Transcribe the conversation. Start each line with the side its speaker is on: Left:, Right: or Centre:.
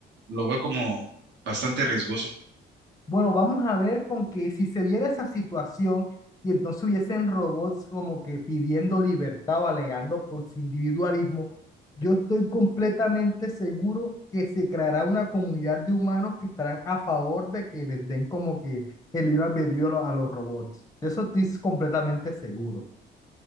Right: lo veo como bastante riesgoso.
Left: Bueno, vamos a ver con que si se diera esa situación y entonces hubiesen robots como que pidiendo libertad o alegando por su individualismo, yo estoy completamente seguro que se creará una comunidad de humanos que estarán a favor de que les den como que el libre albedrío a lo- a los robots. De eso estoy completamente seguro.